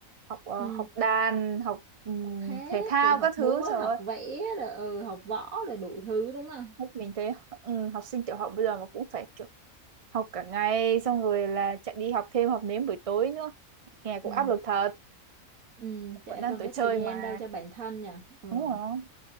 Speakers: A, on the right (about 50°); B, on the right (about 75°).
A: học ờ,
B: ừ
A: học đàn học ừm,
B: học hát
A: thể thao
B: rồi học
A: các thứ
B: múa
A: trời
B: học
A: ơi
B: vẽ rồi ừ, học võ rồi đủ thứ đúng không
A: lúc mình thấy ừ, học sinh tiểu học bây giờ mà cũng phải kiểu học cả ngày xong rồi là chạy đi học thêm học nếm buổi tối nữa nghe cũng
B: ừ
A: áp lực thật
B: ừ chả
A: vẫn đang
B: còn
A: tuổi
B: cái
A: chơi
B: thời gian
A: mà
B: đâu cho bản thân nhỉ ừ
A: đúng không